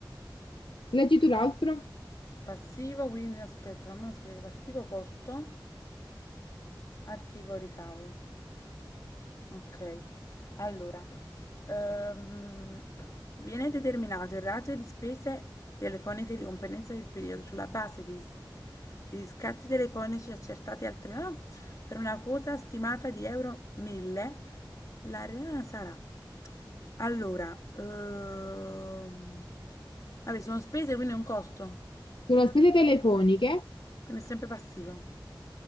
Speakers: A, on the left; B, on the left.
A: Leggi tu l'altro?
B: Passivo, quindi aspetta, non me lo scrivo. Passivo costo, attivo ricavo. Okay. Allora, ehm, viene determinato il ratio di spese telefoniche di competenza del periodo sulla base di s di scatti telefonici accertati al tre ah, per una quota stimata di euro 1000, l'area sarà allora, ehm, vabbè sono spese, quindi è un costo,
A: Sono spese telefoniche?
B: quindi è sempre passivo.